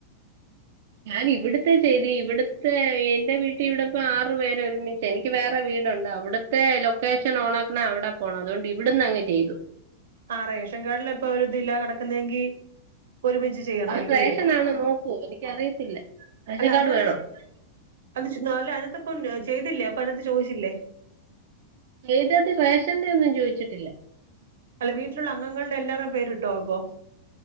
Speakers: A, on the right; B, on the right.
A: ഞാനിവിടുത്തെ ചെയ്തു ഇവിടുത്തെ എന്റെ വീട്ടിയിവിടപ്പം ആറ് പേരൊരുമിച്ചാ എനിക്ക് വേറെ വീടുണ്ട് അവ്ടെ ത്തെ ലൊക്കേഷൻ ഓണാക്കണെ അവടെ പോണം അതോണ്ട് ഇവിടന്നങ്ങ് ചെയ്തു
B: ആഹ് റേഷൻ കാർഡില് ഇപ്പൊരു ഇതില്ല കെടക്കുന്നെങ്കി ഇപ്പൊ ഒരുമിച്ച് ചെയ്യണമായിരിക്കും
A: അവർ റേഷനാണ്
B: അല്ലേ
A: നോക്കോ എനിക്കറിയത്തില്ല റേഷൻ
B: അല്ല
A: കാട്
B: അതിനകത്ത്
A: വേണോ?
B: അത് ചെ അല്ല അതിനാത്ത്പ്പം ചെയ്തില്ലേ? അപ്പതിനാത്ത് ചോയിച്ചില്ലേ?
A: ചെയ്തത് റേഷന്റെയൊന്നും ചോയിച്ചിട്ടില്ല
B: അല്ല വീട്ട്ലുള്ള അംഗങ്ങളുടെ എല്ലാരേം പേര്ട്ടോ അപ്പൊ?